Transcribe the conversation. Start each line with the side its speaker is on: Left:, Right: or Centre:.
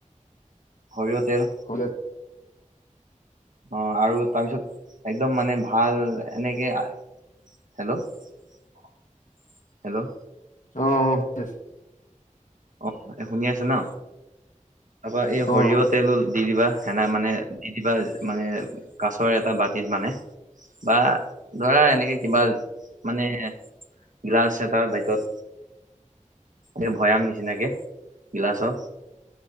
Right: সৰিয়তেল
Left: অ
Right: অ আৰু তাৰপিছত একদম মানে ভাল এনেকে হেল্ল' হেল্ল'
Left: অ অ আচে <unintelligible>
Right: অ এই শুনি আছে ন তাৰপা এই সৰিয়হ
Left: অ অ
Right: তেলল দি দিবা সেনা মানে দি দিবা মানে কাছৰ এটা বাতিত মানে বা ধৰা এনেকে কিবা মানে গ্লাছ এটাত বাইটত এই ভৈয়াম নিচিনাকে গিলাচৰ